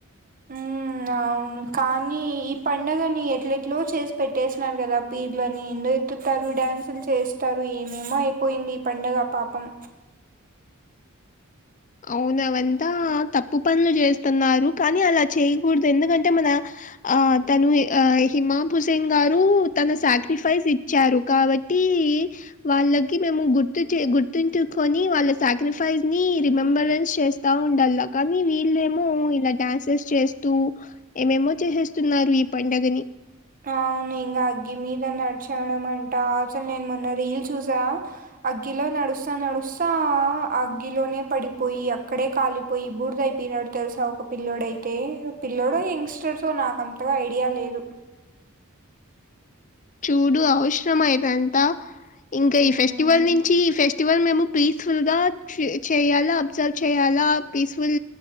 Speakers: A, on the right; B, on the left.
A: ఉ అవును కానీ ఈ పండగని ఎట్లేట్లో చేసి పెట్టేసినారు కదా పీర్లని ఏందో యెత్తుతారు డ్యాన్సులు చేస్తారు ఏమేమో అయిపోయింది ఈ పండుగ పాపం.
B: అవును అవంతా తప్పు పనులు చేస్తన్నారు కానీ అలా చేయకూడదు ఎందుకంటే మన ఆ తను ఆ హిమామ్ హుసేన్ గారు తన సాక్రిఫైస్ ఇ చ్చారు కావట్టి వాళ్ళకి మేము గుర్తు చే గుర్తుంచుకొని వాళ్ళ సాక్రిఫైస్ని రిమెంబరెన్స్ చేస్తా ఉండలా కానీ వీళ్ళేమో ఇలా డడాన్సెస్ చేస్తూ. ఏమేమో చేసేస్తున్నారు ఈ పండగని
A: అవును ఇంగా అగ్గి మీద నడచడం అంటా అసలు నేను మొన్న రీల్ చూసా అగ్గిలో నడుస్తా నడుస్తా అగ్గిలోనే పడిపోయి అక్కడే కాలిప్ పోయి బూడిద అయిపోయినాడు తెలుసా ఒక పిల్లడు అయితే పిల్ల్లోడు యంగ్ స్టార్స్ సో నాకు అంతగా ఐడియా లేదు.
B: చూడు అవసరమా ఇదంతా ఇంకా
A: మ్మ్
B: ఈ ఫెస్టివల్ని చి ఈ ఫెస్టివల్ మేము పీస్ఫుల్గా చి చేయాలా అబ్జర్వ్ చేయాలా పీస్ఫుల్